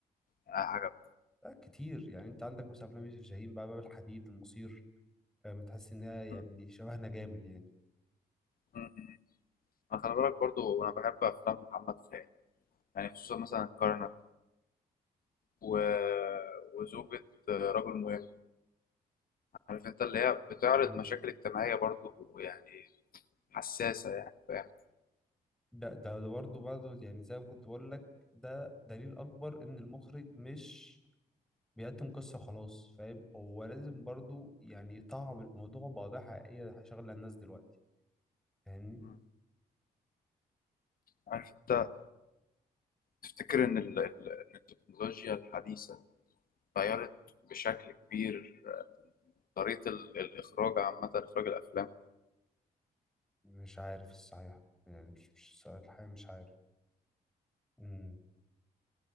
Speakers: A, on the left; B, in the centre.
A: عجبك
B: ده كتير يعني أنت عندك مثلا أفلام يوسف شاهين بقى باب الحديد المصير فاهم تحس إنها يعني
A: م-
B: شبهنا جامد يعني
A: م- م. انا خلي بالك برضو انا بحب افلام محمد خان يعني خصوصا مثلا الكرنك و... وزوجة رجل مهم عارف انت اللي هي بتعرض
B: مم.
A: مشاكل اجتماعية برضو يعني حساسة يعني فاهم
B: ده ده ده برضه برضه يعني زي ما كنت بقول لك ده دليل أكبر إن المخرج مش بيقدم قصة وخلاص فاهم هو لازم برضه يعني يطعم الموضوع بقضايا حقيقية شغلة الناس دلوقتي فاهمني
A: م. عارف انت تفتكر ان ال... ال- إن التكنولوجيا الحديثة غيرت بشكل كبير طريقة ال- الإخراج عامة إخراج الأفلام
B: مش عارف الصحيح يعني مش مش الحقيقة مش عارف مم.